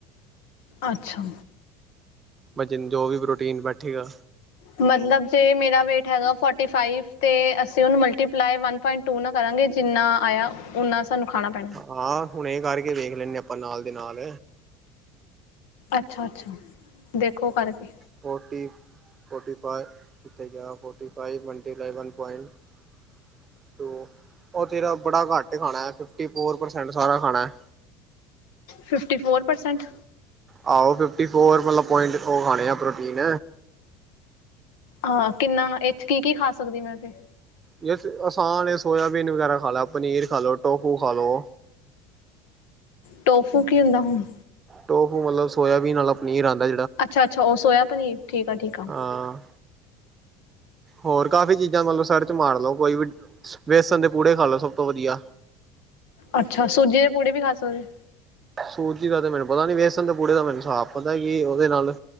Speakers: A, on the left; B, on the right.
A: ਅੱਛਾ।
B: ਵਜਨ ਜੋ ਵੀ ਪ੍ਰੋਟੀਨ ਬੈਠੈ ਗਾ।
A: ਮਤਲਬ ਜੇ ਮੇਰਾ ਵੇਟ ਹੈਗਾ ਫੋਰਟੀ ਫਾਈਵ ਤੇ ਅਸੀਂ ਉਹਨੂੰ ਮਲਟੀਪਲਾਈ ਵਨ ਪੁਆਇੰਟ। ਟੂ ਨਾ ਕਰਾਂਗੇ ਜਿੰਨਾ ਆਇਆ ਓਨਾ ਸਾਨੂੰ ਖਾਣਾ ਪੈਣਾ।
B: ਹਾਂ, ਹੁਣੇ ਕਾਰਕੇ ਵੇਖ ਲੈਂਦੇ ਆ, ਆਪਾਂ ਨਾਲ ਦੇ ਨਾਲ
A: ਅੱਛਾ, ਅੱਛਾ ਦੇਖੋ ਕਾਰਕੇ
B: ਫੋਟੀ-ਫੋਟੀ ਫਾਏ ਕਿੱਥੇ ਗੇਆ ਫੋਟੀਫਾਈਵ ਮਲਟੀਪਲਾਏ ਵਨ ਪੋਂਇੰਟ <inaudible> ਓ ਤੇਰਾ ਬੜਾ ਘਾੱਟ ਖਾਣਾ, ਫਿਫਟੀ ਫੋਰ ਪਰਸੈਂਟ ਸਾਰਾ ਖਾਣਾ
A: ਫਿਫਟੀ ਫੋਰ ਪਰਸੈਂਟ
B: ਆਓ ਫਿਫਟੀ ਫੋਰ ਮਲਬ ਪੋਂਇੰਟ ਓ ਖਾਂਣੇ ਐ ਪ੍ਰੋਟੀਨ
A: ਹਾਂ, ਕਿੰਨਾ ਵਾ ਏਚ ਕੀ-ਕੀ ਖਾ ਸਕਦੀ ਮੈਂ ਫੇਰ
B: ਜੇਸ ਆਸਾਨ ਏ ਸੋਆਬੀਨ ਵਗੈਰਾ ਖਾਲੇ, ਪਨੀਰ ਖਾਲੋ, ਟੋਫੂ ਖਾਲੋ
A: ਟੋਫੂ ਕੀ ਹੁੰਦਾ ਹੁਨ।
B: ਟੋਫੂ ਮਲਬ ਸੋਆਬੀਨ ਆਲਾ ਪਨੀਰ ਆਂਦਾ
A: ਅੱਛਾ, ਅੱਛਾ ਓ ਸੋਏਆ ਪਨੀਰ ਠੀਕ ਆ, ਠੀਕ ਆ‌
B: ਹਾਂ। ਹੋਰ ਕਾਫ਼ੀ ਚੀਜ਼ਾਂ ਮਤਲਬ ਸਰਚ ਮਾਰ ਲਓ। ਕੋਈ ਵੀ ਵੇਸਣ ਦੇ ਪੂੜੇ ਖਾ ਲਓ ਸਭ ਤੋਂ ਵਧੀਆ।
A: ਅੱਛਾ, ਸੁੱਜੀ ਦੇ ਪੂੜੇ ਵੀ ਖਾ ਸਕਦੇ।
B: ਸੂਜੀ ਦਾ ਤਾ ਮੈਨੂੰ ਪਤਾ ਨੀ, ਵੇਸਣ ਦੇ ਪੂੜੇ ਦਾ ਮੈਨੂੰ ਸਾਭ ਪਤਾ ਕੀ ਉਹਦੇ ਨਾਲ